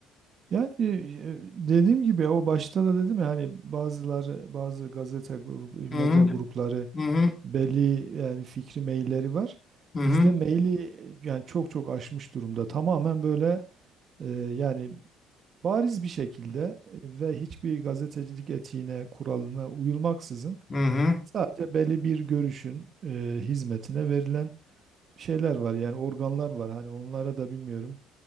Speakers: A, on the right; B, on the left.
A: Yani e, e, dediğim gibi o başta da dedim ya hani bazıları bazı gazete gru-
B: Hı
A: medya grupları
B: hı hı
A: belli yani fikri mailleri var.
B: hı hı
A: Bizde maili e, yani çok çok aşmış durumda. Tamamen böyle e, yani bariz bir şekilde e, ve hiçbir gazetecilik etiğine, kuralına uyulmaksızın
B: hı hı.
A: Sadece belli bir görüşün e, hizmetine verilen şeyler var yani organlar var hani onlara da bilmiyorum